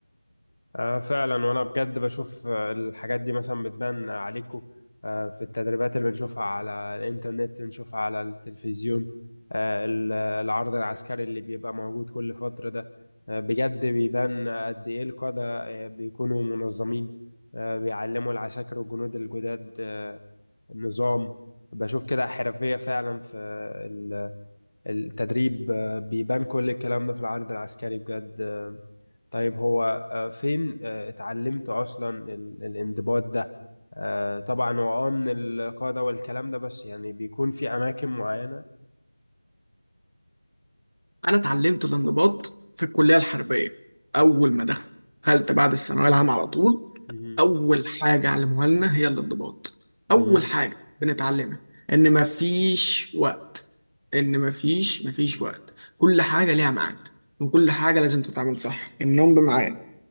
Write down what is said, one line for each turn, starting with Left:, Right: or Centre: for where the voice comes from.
Left: آه فعلا وانا بجد بشوف آه، الحاجات دي مثلا بتبان عليكم آه في التدريبات اللي بنشوفها على الانترنت بنشوفها على التلفزيون آه ال- العرض العسكري اللي بيبقى موجود كل فترة ده آه بجد بيبان قد ايه القادة آه بيكونوا منظمين آه بيعلموا العساكر والجنود الجداد آه النظام بشوف كده حرفية فعلا في ال- التدريب آه بيبان كل الكلام ده في العرض العسكري بجد طيب هو آه، فين آه، اتعلمت اصلا ال- الانضباط ده آه، طبعا هو اه من القاعده والكلام ده بس يعني بيكون في اماكن معينه
Right: انا اتعلمت الانضباط في الكلية الحربية اول ما دخلت بعد الثانوية العامة على طول
Left: مهم.
Right: اول حاجه علموها لنا هي الانضباط اول
Left: مهم.
Right: حاجه بنتعلمها ان مفيش وقت ان مفيش مفيش وقت كل حاجه ليها ميعاد وكل حاجه لازم تتعمل صح النوم بميعاد